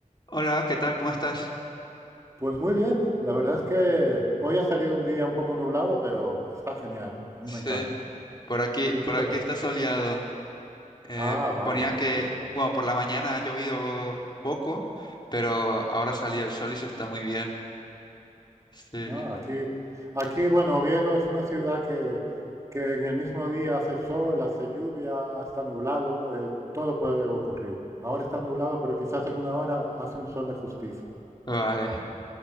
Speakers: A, on the left; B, on the right.
A: Hola, ¿qué tal? ¿Cómo estás?
B: Pues muy bien, la verdad es que hoy ha salido un día un poco nublado, pero está genial, a mí
A: Sí,
B: me encanta.
A: por aquí,
B: ¿Y tú
A: por
B: qué
A: aquí
B: tal?
A: está soleado. Eh,
B: Ah, vaya.
A: ponía que, bueno, por la mañana ha llovido un poco, pero ahora salió el sol y se está muy bien. Sí,
B: Ah, aquí, aquí, bueno, Oviedo es una ciudad que, que en el mismo día hace sol, hace lluvia, está nublado, eh, todo puede ocurrir. Ahora está nublado, pero quizás en una hora hace un sol de justicia.
A: vale.